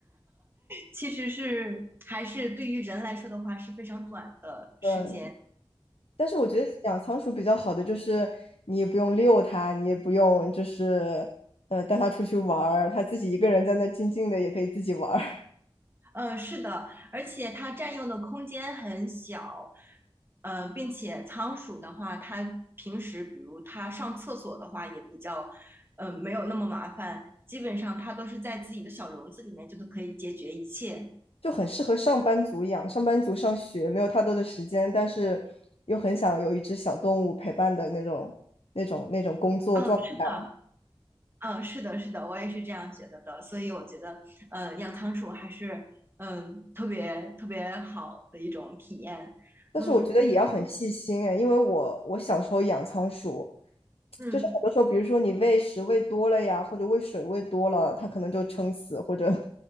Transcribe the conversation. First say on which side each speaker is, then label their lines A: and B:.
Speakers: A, on the right; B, on the left.
A: 其实是还是对于人来说的话是非常短的时间。
B: <laughs> 对。但是我觉得养仓鼠比较好的就是你也不用遛它，你也不用就是呃带它出去玩儿，它自己一个人在那静静的也可以自己玩儿，
A: 呃，是的，而且它占用的空间很小，呃，并且仓鼠的话，它平时比如它上厕所的话也比较，呃，没有那么麻烦，基本上它都是在自己的小笼子里面就都可以解决一切。
B: <laughs> 就很适合上班族养。上班族上学没有太多的时间，但是又很想有一只小动物陪伴的那种那种那种工作状态。
A: 嗯，是的，嗯，是的，是的，我也是这样觉得的，所以我觉得，呃，养仓鼠还是，嗯、特别特别好的一种体验。
B: 但是我觉得也要很细心哎，
A: 嗯，
B: 因为我我小时候养仓鼠。
A: 嗯，
B: 就是很多时候，比如说你喂食喂多了呀，或者喂水喂多了，它可能就撑死，或者